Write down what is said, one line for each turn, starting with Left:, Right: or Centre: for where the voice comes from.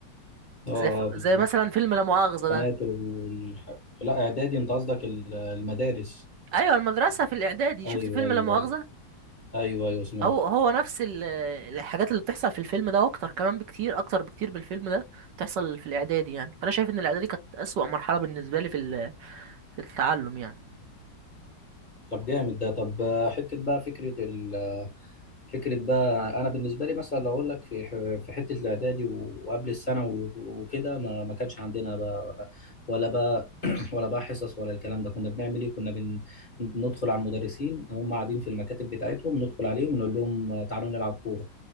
Left: اه
Right: زي ف...
Left: بالظبط
Right: زي مثلا فيلم لا مؤاخذه
Left: قناتر
Right: ده
Left: وال... لا اعدادي انت قصدك ال- المدارس
Right: ايوه المدرسه في الاعدادي شفت
Left: ايوه
Right: فيلم
Left: ايوه
Right: لا مؤاخذه
Left: ايوه ايوه ايوه سمعت
Right: هو هو نفس ال- الحاجات اللي بتحصل في الفيلم ده واكتر كمان بكتير اكتر بكتير من الفيلم ده بتحصل في الاعدادي يعني فانا شايف ان الاعدادي كانت اسوأ مرحله بالنسبه لي في ال- في التعلم يعني
Left: طب جامد ده طب آه، حتة بقى فكرة ال... فكرة بقى أنا بالنسبة لي مثلا لو أقول لك في ح- في حتة الإعدادي و- وقبل الثانوي وكده ما ما كانش عندنا بقى ولا ولا بقى <clears throat> ولا بقى حصص ولا الكلام ده كنا بنعمل إيه؟ كنا بن ندخل على المدرسين هم قاعدين في المكاتب بتاعتهم ندخل عليهم نقول لهم تعالوا نلعب كورة